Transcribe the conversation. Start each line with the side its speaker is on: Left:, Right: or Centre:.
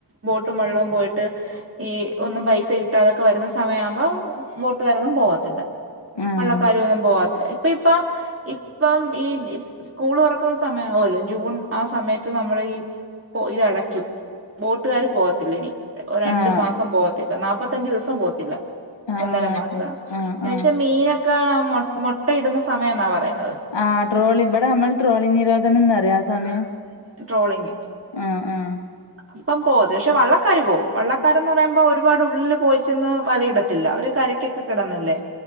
Right: ബോട്ടും വള്ളവും പോയിട്ട് ഈ ഒന്നും പൈസ കിട്ടാതൊക്കെ വരുന്ന സമയ ആവുമ്പോ ബോട്ടുകാരൊന്നും പോകത്തില്ല
Left: ആഹ്
Right: വള്ളക്കാരും ഒന്നും പോവാ ഇപ്പ ഇപ്പ ഇപ്പം ഈ സ്കൂള് തുറക്കുന്ന സമയാവുല്ലോ ജൂൺ ആ സമയ ത്ത് നമ്മള് ഈ പോ ഇതടയ്ക്കും ബോട്ടുകാര് പോകത്തില്ലെ ഇനി രണ്ടു
Left: ആഹ്
Right: മാസം പോ ത്തില്ല നാൽപത്തഞ്ചു ദിവസം പോകത്തില്ല
Left: ആഹ്
Right: ഒന്നര
Left: ആഹ്
Right: മാസം
Left: ശരി ആഹ്
Right: എന്ന്
Left: ആഹ്
Right: വെച്ചാ മീനൊ ക്കെ മൊ മൊട്ടയിടുന്ന സമയം എന്നാ പറയുന്നത്
Left: ആഹ് ട്രോളി ഇവിടെ നമ്മൾ ട്രോളി നിരോധനം എന്ന് പറയും ആ സമയം
Right: ട്രോളിംഗ്
Left: ആഹ് ആഹ്
Right: ആഹ് ഇപ്പം പോകുവത് പക്ഷെ വള്ളക്കാര് പോകും വള്ളക്കാരെന്ന് പറയുമ്പോൾ ഒരുപാട് ഉള്ളിൽ പോയി ചെന്ന് വലയിടത്തില്ല അവര് കര ക്കൊക്കെ കിടന്നല്ലേ